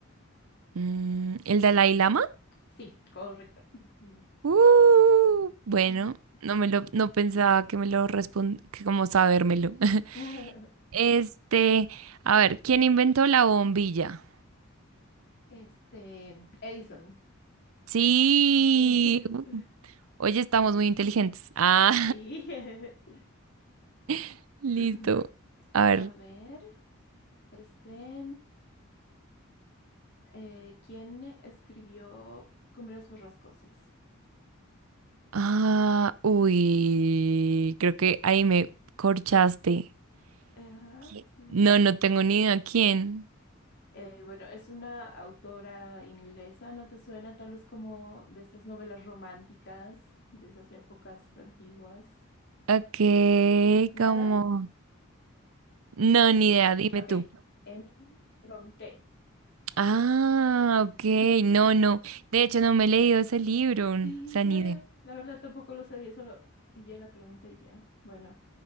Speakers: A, on the right; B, on the left.
A: Mm, ¿el Dalai Lama?
B: Sí, correcto. Ujú.
A: Uh, bueno,
B: Ujú.
A: no me lo, no pensaba que me lo respond, que como sabérmelo. <laughs>
B: <laughs>
A: Este, a ver, ¿quién inventó la bombilla?
B: Este, Edison,
A: Sí.
B: sí. <laughs>
A: Oye, estamos muy inteligentes. Ah,
B: Sí. <clears throat>
A: <laughs> listo.
B: <laughs>
A: A ver.
B: A ver, este, eh, ¿quién escribió Cumbres Borrascosas?
A: Ah, uy, creo que ahí me corchaste.
B: Ajá,
A: ¿Qui-
B: sí.
A: No, no tengo ni idea quién.
B: Eh, bueno, es una autora inglesa, ¿no te suena tal vez como de esas novelas románticas, de esas épocas antiguas?
A: Ok,
B: Eh, Nada.
A: como... No,
B: Mm,
A: ni idea, dime
B: Ok.
A: tú.
B: Emily Bronte.
A: Ah, ok,
B: <laughs>
A: no, no. De hecho, no me he leído ese libro, o
B: Sí,
A: sea,
B: no,
A: ni
B: yo
A: idea.
B: la verdad tampoco lo sabía, solo pillé la pregunta y ya. Bueno,